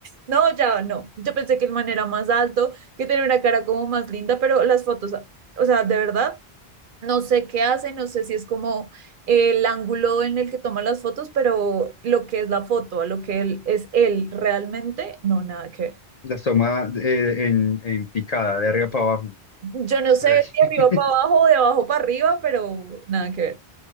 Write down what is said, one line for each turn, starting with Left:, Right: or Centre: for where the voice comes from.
Right: no, ya no. Yo pensé que el man era más alto, que tenía una cara como más linda, pero las fotos, o sea, de verdad No sé qué hace, no sé si es como eh, el ángulo en el que toma las fotos, pero lo que es la foto, a lo que él, es él realmente, no, nada que ver.
Left: Las toma eh, en, en picada, de arriba para abajo.
Right: Yo no sé
Left: Pero que-
Right: si arriba para abajo o de abajo para arriba, pero nada que ver.